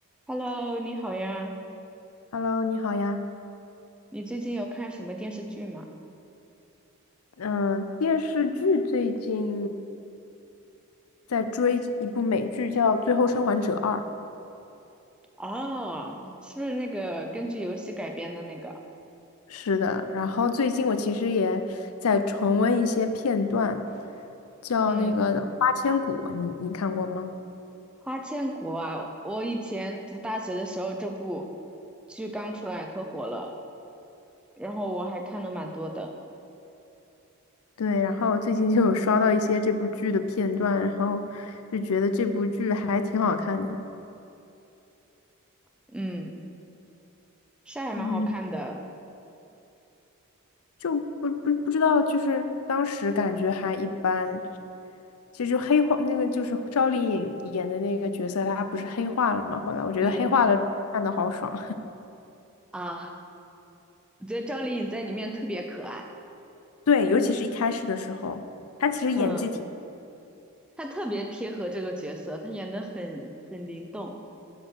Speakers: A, in the centre; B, on the left.
A: Hello，你好呀，
B: Hello，你好呀。
A: 你最近有看什么电视剧吗？
B: 嗯，电视剧最近在追一部美剧，叫《最后生还者二》。
A: 哦，是不是那个根据游戏改编的那个？
B: 是的，然后最近我其实也在重温一些片段，叫那个《花千骨》，
A: 嗯，
B: 你你看过吗？
A: 《花千骨》啊，我以前读大学的时候，这部剧刚出来可火了，然后我还看了蛮多的，
B: 对，然后最近就有刷到一些这部剧的片段，然后就觉得这部剧还挺好看的。
A: 嗯，是还蛮好看的，
B: 嗯。就不不不知道，就是当时感觉还一般。其实就黑化那个就是赵丽颖演的那个角色，她不是黑化了吗？后来我觉得黑化了看的好爽，
A: 嗯，啊，我觉得赵丽颖在里面特别可爱，
B: <laughs> 对，尤其是一开始的时候，她其实演技挺
A: 嗯，她特别贴合这个角色，她演的很很灵动。